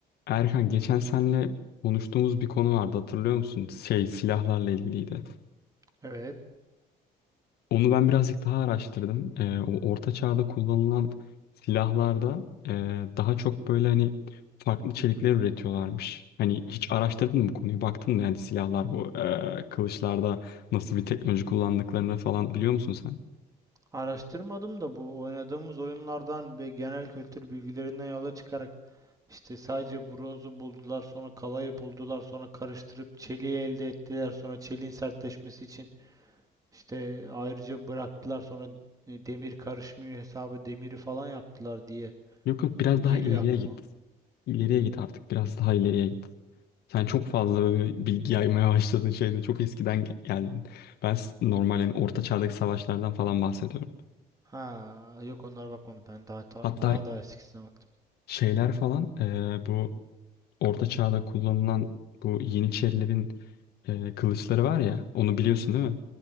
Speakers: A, on the left; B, on the right.
A: Erkan geçen senle konuştuğumuz bir konu vardı hatırlıyor musun? Şey silahlarla ilgiliydi.
B: Evet.
A: Onu ben birazcık daha araştırdım. Ee, o orta çağda kullanılan silahlarda e, daha çok böyle hani farklı çelikler üretiyorlarmış. Hani hiç araştırdın mı bu konuyu? Baktın mı yani silahlar bu e, kılıçlarda nasıl bir teknoloji kullandıklarını falan biliyor musun sen?
B: Araştırmadım da bu oynadığımız oyunlardan ve genel kültür bilgilerinden yola çıkarak işte sadece bronzu buldular, sonra kalayı buldular, sonra karıştırıp çeliği elde ettiler, sonra çeliğin sertleşmesi için işte ayrıca bıraktılar, sonra e, demir karışmıyor hesabı demiri falan yaptılar diye
A: Yok yok biraz
B: geliyor
A: daha ileriye
B: aklıma.
A: git. İleriye git artık biraz daha ileriye git. Sen çok fazla böyle bilgi yaymaya başladın şeyde. Çok eskiden gel- geldin. Ben s- normal yani orta çağdaki savaşlardan falan bahsediyorum.
B: Ha yok onlara bakmadım ben daha ta-
A: Hatta
B: daha da eskisine baktım.
A: şeyler falan e, bu orta çağda kullanılan bu Yeniçerilerin e, kılıçları var ya. Onu biliyorsun
B: Hı hı.
A: değil mi?